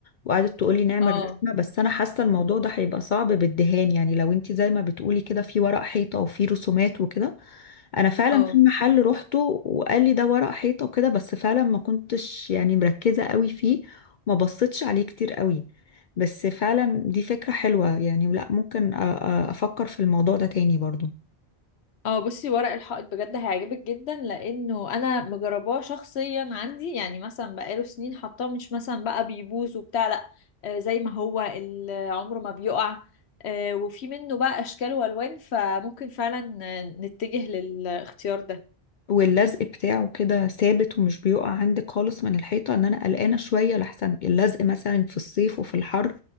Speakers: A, on the left; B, on the left.
A: وقعدت تقولي نعمل
B: اه
A: رسمة بس انا حاسة الموضوع ده هيبقى صعب بالدهان يعني لو انت زي ما بتقولي كده في ورق حيطة وفي رسومات وكده انا فعلا
B: اه
A: في محل روحته وقال لي ده ورق حيطه وكده بس فعلا ما كنتش يعني مركزه قوي فيه ما بصيتش عليه كتير قوي بس فعلا دي فكره حلوه يعني لا ممكن أ- أ- افكر في الموضوع ده تاني برضو
B: اه بصي ورق الحائط بجد هيعجبك جدا لانه انا مجرباه شخصيا عندي يعني مثلا بقاله سنين حطاه مش مثلا بقى بيبوظ وبتاع لا آه زي ما هو ال- عمره ما بيقع آه وفي منه بقى اشكال والوان فممكن فعلا آه، نتجه للاختيار ده
A: واللزق بتاعه كده ثابت ومش بيقع عندك خالص من الحيطه ان انا قلقانه شويه لحسن اللزق مثلا في الصيف وفي الحر